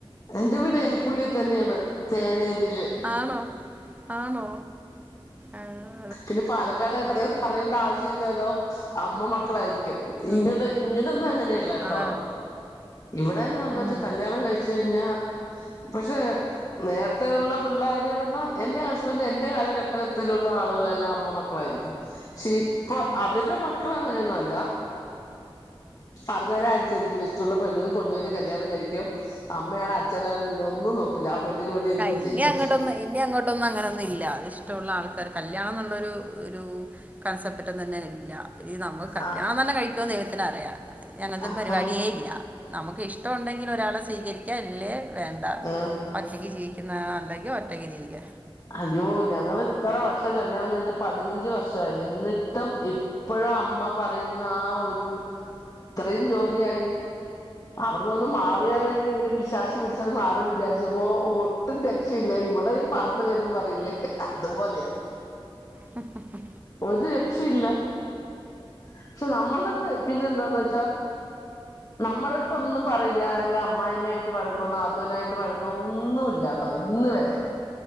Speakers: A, on the left; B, on the right.
A: എന്റെ വീട് എലപ്പുള്ളി തന്നെയാണ് തേനേരിയില്
B: ആണോ ആന്നോ ആഹ്
A: പിന്നെ പാലക്കാട് പ്രത്യേകം പറയേണ്ട ആവശ്യം ഇല്ലല്ലോ അമ്മ മക്കളായിരിക്കും. ഇങ്ങടെ
B: ഉം,
A: ഇങ്ങടെ ഒന്നും അങ്ങനെയല്ലട്ടോ
B: അതാണ്
A: ഇവിടെന്ന് പറഞ്ഞ്
B: ഉം.
A: വച്ചാ കല്യാണം കഴിച്ച് കഴിഞ്ഞാ പക്ഷേ നേരത്തേയുള്ള പിള്ളാര് പറഞ്ഞാ എന്റെ ഹസ്ബൻഡ് എന്റെ കാലഘട്ടത്തിലു ള്ള ആളുകളെല്ലാം അമ്മ മക്കളായിരിക്കും പക്ഷെ ഇപ്പൊ അവരുടെ മക്കളങ്ങനെയൊന്നും അല്ല പറഞ്ഞാലെ അനുസരിക്കില്ല ഇഷ്ടമുള്ള പെണ്ണിനെ കൊണ്ട് വരും കല്യാണം കഴിക്കും. അമ്മയാണ് അച്ഛനാണ് ഒന്നും നോക്കില്ല പെണ്ണിന് വേണ്ടി എന്തും
B: ആഹ് ഇനി
A: ചെയ്യും പക്ഷെ
B: അങ്ങോട്ടൊന്നും ഇനി അങ്ങോട്ടൊന്നും അങ്ങനൊന്നുല്ല ഇഷ്ടമുള്ള ആൾക്ക് ഇപ്പൊരു കല്യാണം എന്നുള്ളൊരു ഒരു കൺസെപ്റ്റ് ഒട്ടും തന്നെ ഇല്ല ഈ നമ്മ കല്യാണം
A: ആ
B: തന്നെ കഴിക്കോന്ന് ദൈവത്തിന് അറിയാം ഇനി അങ്ങനത്തൊരു
A: ആഹാ
B: പരിപാടിയേ ഇല്ല. നമുക്ക് ഇഷ്ടമുണ്ടെങ്കിൽ ഒരാളെ സ്വീകരിക്കാ ഇല്ലേ വേണ്ട
A: ആഹ്
B: ഒറ്റയ്ക്ക് ജീവിക്കുന്നതാ നല്ലതെങ്കി ഒറ്റയ്ക്ക് ജീവിക്ക
A: അയ്യോ ഞങ്ങള് ഇത്ര വർഷം കല്യാണം കഴിഞ്ഞട്ട് പതിനഞ്ച് വർഷായി എന്നിട്ടും ഇപ്പൊ ഇപ്പഴും അമ്മ പറയുന്ന ആഹ് ഒരു ഇത്രയും ജോലിയായി അവിടന്നന്ന് മാറിയാല്ലെങ്കിലും ഇങ്ങനെ പിശാശി പിടിച്ചത് മാറും വിചാരിച്ചപ്പോ ഒ ട്ടും രക്ഷയില്ല ഇവിടെയും പറന്ന് വരും പറയില്ലേ അതുപോലെയ
B: ഹും ഹും ഹും
A: ഒരു രക്ഷയില്ല പക്ഷെ നമ്മളുടെ അടുത്ത് പിന്നെ എന്താന്ന് വെച്ചാ നമ്മുടെ അടുത്തൊന്നും പറയില്ല അമ്മായിമ്മയായിട്ട് വഴക്കോ നാത്തൂനായിട്ട് വഴക്കോ ഒന്നുല്ല. ആഹ് ഇന്ന് വരെ